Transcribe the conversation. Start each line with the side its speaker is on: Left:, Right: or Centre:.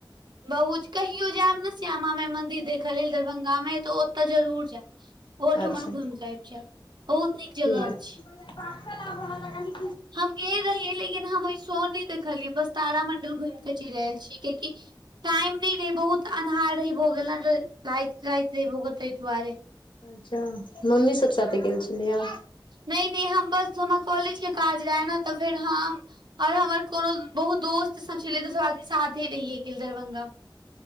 Right: बहुत कहियो जायब ने श्यामा माइ मन्दिर देखऽ लेल दरभंगा मे तऽ ओतऽ जरूर जायब। ओहो ठमन
Left: अच्छा
Right: घुमिके आबि जायब। बहुत नीक जगह
Left: <inaudible>
Right: अछि हम गेल रहियै लेकिन हम ए सो नहि देखलियै बस तारामंडल घुमिके चलि आयल छी। कियाएकि टाइम नै रहै बहुत तऽ अन्हारे भ गेलैन राएत राएत रहै भ गेल तै दुआरे।
Left: अच्छा मम्मी सब साथे गेल छलिये।
Right: नै-नै हम बस हमरा कॉलेज के काज रहाए नै तऽ फेर हम और हमर कोनो बहुत दोस्त सब छलै तऽ सब आदमी साथे रहिये गेल दरभंगा।